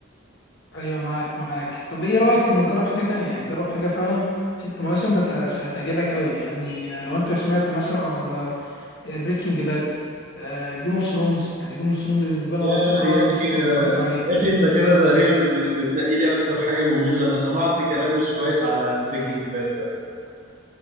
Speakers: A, on the left; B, on the right.
A: ايوه معاك معاك طب ايه رايك اما تجرب حاجه تانية يعني جرب حاجه فعلا ست مواسم بس هتعجبك قوي يعني آه، لو انت سمعت مثلا على بريكنج باد جيم اوف ثرونز يعني جيم اوف ثرونز بالنسبه لي
B: يا
A: انا اصلا اعظم
B: يا اخي
A: مسلسل انا
B: يا
A: اتفرجت عليه
B: اخي انت كده تقريبا بتنقي لي اكتر حاجة مملة انا سمعت كلام مش كويس على بريكنج باد ده